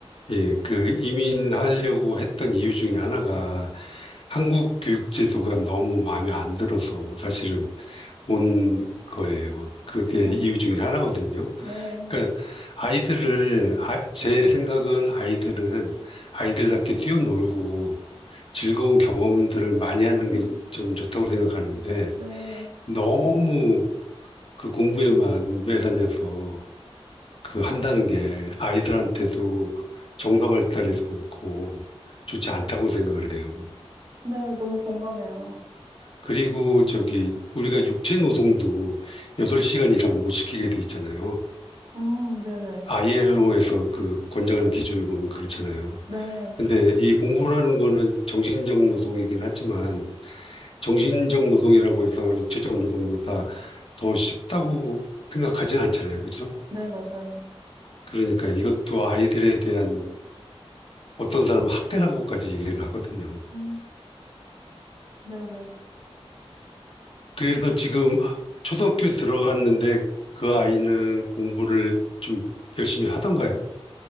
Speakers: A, on the left; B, on the right.
A: 예. 그 이민하려고 했던 이유 중에 하나가 한국 교육 제도가 너무 마음에 안 들어서 사실은 온 거예요. 그게
B: 네.
A: 이유 중에 하나거든요.
B: 네.
A: 그러니까 아이들을 아- 제 생각은 아이들은 아이들답게 뛰어놀고 즐거운 경험들을 많이 하는
B: 음,
A: 게 저는 좋다고 생각하는데
B: 네.
A: 너무 그 공부에만 매달려서 그 한다는 게 아이들한테도 정서 발달에도 그렇고 좋지 않다고 생각을 해요.
B: 네, 너무 공감해요.
A: 그리고 저기 우리가 육체 노동도 8시간 이상 못 시키게 돼 있잖아요.
B: 음, 네네.
A: ILO에서 그 권장하는 기준을 보면 그렇잖아요.
B: 네.
A: 근데 이 공부라는 거는 정신적 노동이긴 하지만 정신적 노동이라고 해서 육체적 노동보다 더 쉽다고 생각하진 않잖아요. 그죠?
B: 네, 맞아요.
A: 그러니까 이것도 아이들에 대한 어떤 사람은 학대라고까지 얘기를 하거든요.
B: 음. 네네.
A: 그래서 지금 초등학교 들어갔는데 그 아이는 공부를 좀 열심히 하던가요?